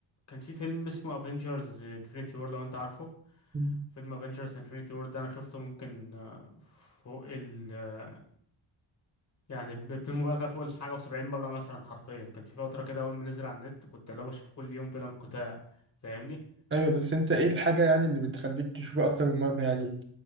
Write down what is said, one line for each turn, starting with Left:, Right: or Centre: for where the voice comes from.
Left: كان في فيلم اسمه افنجرز انفينيتي وور لو انت عارفه
Right: مم.
Left: فيلم افنجرز انفينيتي وور ده انا شفته ممكن آه، فوق ال آه، يعني ب- بدون مبالغه فوق الحاجه و70 مره مثلا حرفيا كان في فتره كده اول ما نزل على النت كنت اللي هو بشوفه كل يوم بلا انقطاع فاهمني
Right: ايوه بس انت ايه الحاجة يعني اللي بتخليك تشوفه اكتر من مرة يعني